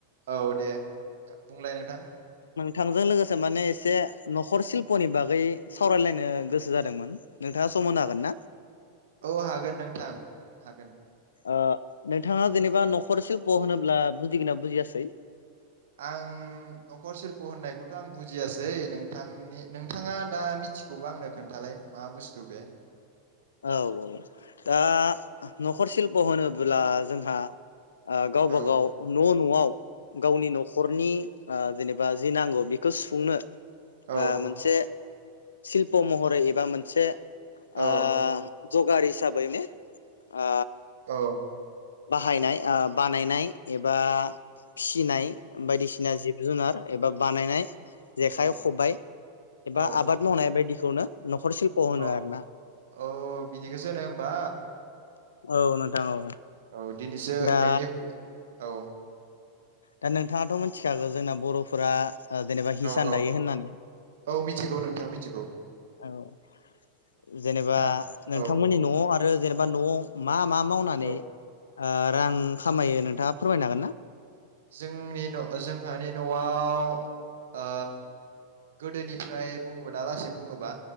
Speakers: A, on the right; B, on the left.
A: औ दे <unintelligible> बुंलाय नोंथां
B: थांजों लोगोसे माने एसे नखर सिल्पनि बागै सावरायलायनो गोसो जादोंमोन। नोंथाङा सम होनो हागोन ना?
A: औ हागोन नोंथां हागोन।
B: ओ नोंथाङा जेनेबा नखर शिल्प होनोब ब्ला बुजिगोन ना बुजियासै?
A: आं नखर सिल्प होननायखौथ आं बुजियासै। नोंथांनि नोंथाङा दा मिथिगौबा आंनो खोन्थालाय मा बुस्थु बे?
B: औ औ दा नखर शिल्प होनोब्ला जोंहा आ गावबा
A: औ
B: गाव न नआव गावनि नखरनि ओ जेनेबा जि नांगौ बेखौ सुफुंनो
A: औ
B: ओ मोनसे शिल्प महरै एबा मोनसे
A: औ
B: ओ जगार हिसाबै ने ओ
A: औ।
B: बाहायनाय आ बानायनाय एबा फिसिनाय बायदिसिना जिब जुनार एबा बानायनाय जेखाइ
A: औ
B: खबाइ एबा
A: औ
B: आबाद मावनाय बायदिखौनो नखर सिल्प होनो
A: औ
B: आरो ना।
A: औ बिदिखौसो होनो होमबा
B: औ नोंथां औ।
A: औ दिनैसो
B: दा
A: नोंनि औ
B: दा नोंथाङाथ मिथिखागौ जोंना बर' फुरा जेनेबा हिसान
A: औ औ
B: दायो होननानै
A: औ मिथिगौ नोंथां मिथिगौ
B: औ जेनेबा
A: दा
B: नोंथांमोननि
A: औ
B: नआव रो जेनेबा नआव ओम मा मा मावनानै
A: औ
B: ओ रां खामायो नोंथाङा फोरमायनो हागोन ना?
A: जोंनि न' जोंहानि न'आव ओ गोदोनिफ्राय बुङोबा दालासिम बुङोबा